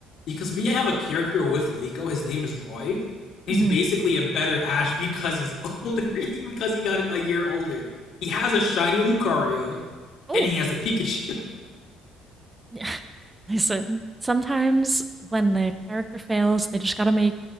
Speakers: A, on the left (about 60°); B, on the right (about 20°).
A: Because we have a character with Liko, his name is Roy. He's
B: hmm
A: basically a better Ash <laughs> because he's older, <laughs> because he got a year older. He has a shiny Lucario,
B: Oh,
A: and he has a Pikachu. <laughs>
B: <laughs> listen, sometimes when the character fails, they just gotta make